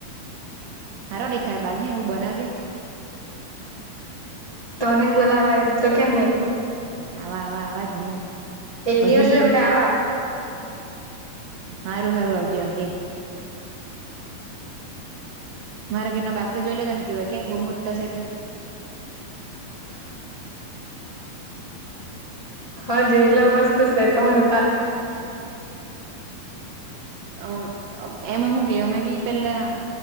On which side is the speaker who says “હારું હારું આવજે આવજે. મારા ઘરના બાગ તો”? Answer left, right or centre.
Right